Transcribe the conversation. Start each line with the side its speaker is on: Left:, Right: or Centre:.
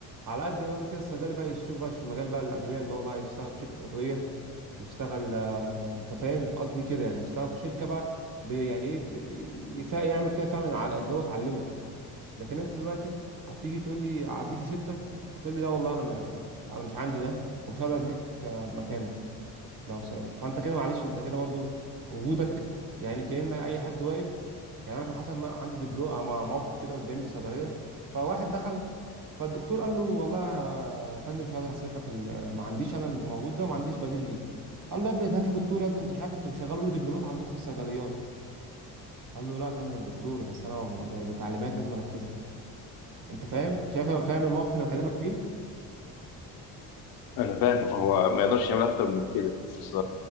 Right: على قد ان انا كده الصيدلي بقى يشوف بقى في مجال بقى الادويه ان هو بقى يشتغل في شركه ادويه يشتغل آه، انت فاهم قصدي كده يعني يشتغل في شركه بقى ب- يعني ايه ب- يف- يعمل فيها فعلا على اللي هو اتعلمه لكن انت دلوقتي هتيجي تقول لي هديك روشته هتقول لي لا والله انا م... انا مش عندي ده ومش هقدر اديك آه، مكانه لو س... فانت كده معلش انت كده برضو وجودك يعني كأن اي حد واقف يعني انا كان حصل ما عندي دبلو آه، مع- موقف كده قدامي في صيدليه فواحد دخل فالدكتور قال له والله يا فندم مش هقدر اصرف لك ال... ما عنديش انا الموجود ده وما عنديش بديل ليه قال له يا ابني هات لي دكتور يا ابني انتوا مش عارف انتوا بيشغلوا لي دبلومات عندكم في الصيدليات قال له لا يا فندم انا دكتور بس انا ما- ده- دي تعليمات لازم انفذها انت فاهم شايف فاهم الموقف اللي بكلمك فيه
Left: أنا فاهم هو ما يقدرش يعمل أكتر من كده بس